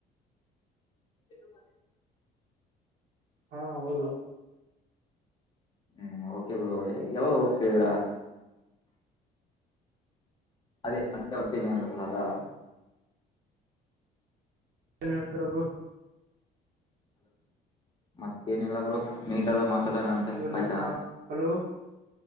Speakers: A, on the left; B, on the right.
A: ಎ ಬ
B: ಹಾ ಹೌದು
A: ಹ್ಮ್ ಓಕೆ ಬ್ರ ಯಾವಾಗ ಹೋಗ್ತಿದೀರಾ ಅದೇ ಸೆ ಒಪೀನಿಯನ್ಂದಲದಾ
B: ಏನ್ ಹೇಳ್ತಾರಬರು
A: ಮತ್ತೇನಿಲ್ಲಬ್ರು ನೀಟ್ಾದ ಮಾತಾಡೋಣ ಅಂತ
B: ಅದು
A: ಆಯ್ತಾ
B: ಹಾ ಹಲೋ